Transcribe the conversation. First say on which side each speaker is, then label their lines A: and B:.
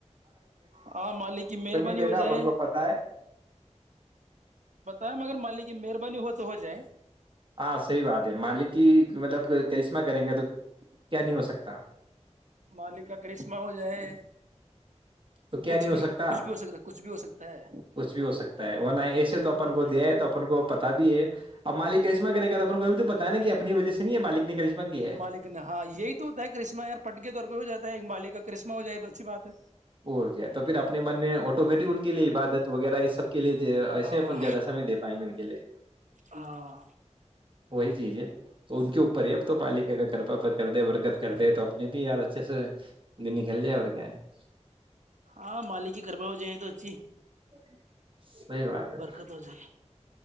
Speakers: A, on the right (about 85°); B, on the right (about 45°).
A: ہاں مالک کی مہربانی
B: بیٹھا
A: ہو جائے
B: اپن کو پتا ہے
A: بتائیں مگر مالک کی مہربانی ہوتی تو ہو جائے
B: ہاں صحیح بات ہے مالک کی مطلب کرشمہ کریں گے تو کیا نہیں ہو سکتا
A: مالک کا کرشمہ ہو جائے
B: تو کیا
A: کچھ
B: نہیں ہو سکتا
A: کچھ بھی ہو سکتا ہے کچھ بھی ہو سکتا ہے
B: کچھ بھی ہو سکتا ہے وہ نہ ایسے
A: ابھی
B: تو اپن
A: اللہ
B: کو دیا ہے تو اپن کو پتا بھی ہے اب مالک کرشم کرے گاپ کو بھی تو پتا ہےا کہ اپنی وجہ سے نہیں ہے مالک نے کرشمہ کیا ہے
A: مالک نے ہاں یہی تو ہوتا ہے کرسمہ یار پٹ کے طور پ ہو جاتا ہے ایک مالکا کا کرسم ہو جائے تو اچھی بات ہے
B: اور کیا تو پھر اپنے من میں آٹومیٹک ان کے لیے عبادت وغیرہ یہ سب کے لیے ایسے
A: ہاں
B: اپن زیادہ سمے دے پائیں گے ان کے لیے
A: ہاں
B: وہی چیز ہے تو ان کے اوپر ہی اب تو مالک اگر کرپا کر د برکت کر د تو اپنے بھی یار اچھے سے نکل لیا اور کیا ہے
A: ہاں مالکی کربا ہو جائے تو اچھی
B: <unintelligible> صحی بات ہے
A: برکت ہو جائے